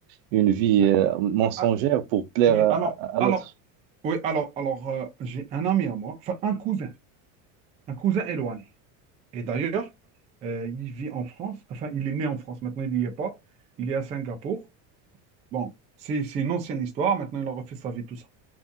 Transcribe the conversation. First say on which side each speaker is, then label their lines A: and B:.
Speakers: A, on the right; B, on the right.
A: une vie
B: ouais.
A: euh, mensongère
B: Ah, ah,
A: pour plaire
B: oui,
A: à,
B: alors,
A: à- à
B: alors,
A: l'autre.
B: oui, alors, alors, euh, j'ai un ami à moi, enfin un cousin, un cousin éloigné. Et d'ailleurs, euh, il vit en France, enfin, il est né en France, maintenant il n'y est pas, il est à Singapour. Bon, c'est c'est une ancienne histoire, maintenant il a refait sa vie, tout ça.